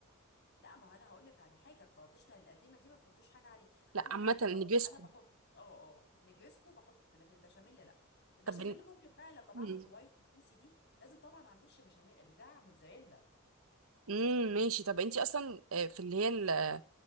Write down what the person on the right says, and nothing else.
لا
عامه
النجريسكو
طب
امم
أمم، ماشي طب انت اصلا آه، في اللي هي ال-